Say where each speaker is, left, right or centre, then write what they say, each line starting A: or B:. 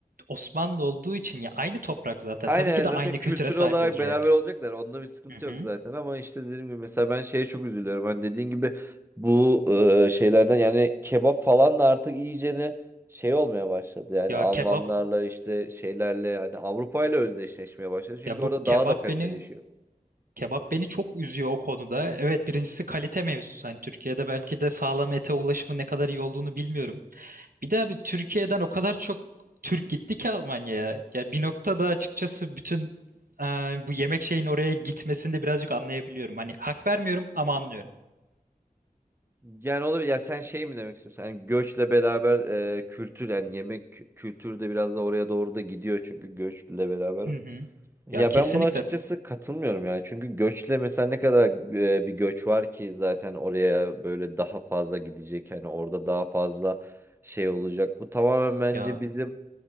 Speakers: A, on the right (about 80°); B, on the right (about 15°).
A: Osmanlı olduğu için ya aynı toprak zaten.
B: Aynen
A: Tabii
B: yani
A: ki de
B: zaten
A: aynı
B: kültür
A: kültüre sahip
B: olarak
A: olacak.
B: beraber olacaklar. Onda bir sıkıntı
A: Hı hı.
B: yok zaten ama işte dediğim gibi mesela ben şeye çok üzülüyorum. Hani dediğin gibi bu e, şeylerden yani kebap falan da artık iyicene şey olmaya başladı. Yani
A: Ya
B: Almanlarla
A: kebap
B: işte şeylerle yani Avrupa ile özdeşleşmeye başladı. Çünkü
A: ya bu
B: orada
A: kebap
B: daha da kaliteleşiyor.
A: beni kebap beni çok üzüyor o konuda. Evet birincisi kalite mevzusu. Hani Türkiye'de belki de sağlam ete ulaşımı ne kadar iyi olduğunu bilmiyorum. Bir daha bir Türkiye'den o kadar çok Türk gitti ki Almanya'ya. Ya bir noktada açıkçası bütün e, bu yemek şeyin oraya gitmesini de birazcık anlayabiliyorum. Hani hak vermiyorum ama anlıyorum.
B: Yani olur ya sen şey mi demek istiyorsun? Yani göçle beraber e, kültür yani yemek kültürü de biraz da oraya doğru da gidiyor çünkü göçle beraber.
A: Hı hı.
B: Ya
A: Ya kesinlikle
B: ben buna açıkçası katılmıyorum yani. Çünkü göçle mesela ne kadar e, bir göç var ki zaten oraya böyle daha fazla gidecek. Hani orada daha fazla şey olacak. Bu tamamen
A: ya
B: bence bizim